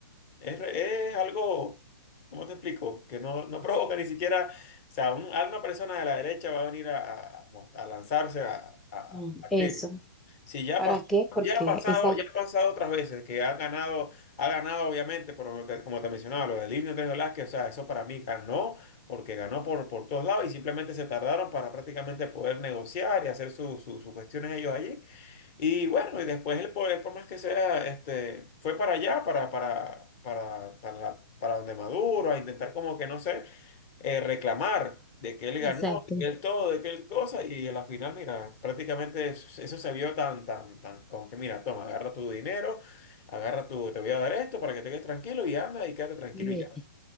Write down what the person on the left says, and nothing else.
es, re- es algo, ¿cómo te explico? Que no, no provoca ni siquiera, o sea, un- alguna persona de la derecha va a venir a, a- a lanzarse a, a,
a
qué, Sí, ya
ha pasado,
ya ha pasado,
ya ha pasado otras veces que ha ganado, ha ganado obviamente, por como te, como te mencionaba, lo del Indio Andrés Velázquez, o sea, eso para mí ganó, porque ganó por, por todos lados y simplemente se tardaron para prácticamente poder negociar y hacer su- su- sus cuestiones ellos allí. Y bueno, y después el poder, por más que sea, este, fue para allá, para, para, para, para, la- para donde Maduro, a intentar como que no sé eh, reclamar de que él
ganó, de que él todo, de que él cosa, y en la final, mira, prácticamente eso, eso se vio tan, tan, tan, como que mira, toma, agarra tu dinero, agarra tu, te voy a dar esto para que te quedes tranquilo y anda y quédate tranquilo
y ya.